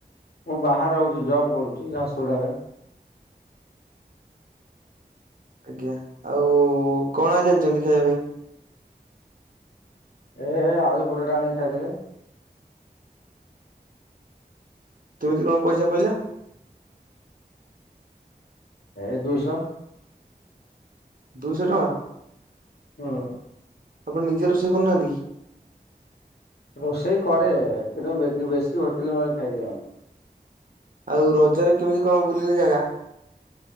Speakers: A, on the left; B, on the right.
A: ମୁଁ ବାହାରେ ରହୁଛି ଜବ୍ କରୁଛି ଝାରସୁଗୁଡାରେ।
B: ଆଜ୍ଞା। ଆଉ କଣ ଆଜି ଆଣିଚନ୍ତି ଖାଇବା ପାଇଁ?
A: ଏ ଆଳୁ ପରଟା ଆଣି ଖାଇଦେଲି।
B: କେମିତି କଣ ପଇସା ପଇଲା?
A: ଏ ଦୁଇଶହ
B: ଦୁଇଶ ଟଙ୍କା?
A: ହଁ।
B: ଆପଣ ନିଜେ ରୋଷେଇ କରୁନାହାଁନ୍ତି କି?
A: ରୋଷେଇ କରେ କିନ୍ତୁ ବେ-ବେଶୀ ହୋଟେଲରୁ ମଗେଇ ଖାଇଦିଏ ମୁଁ।
B: ଆଉ ରଜରେ କେମିତି କଣ ବୁଲିଲେ ଜାଗା?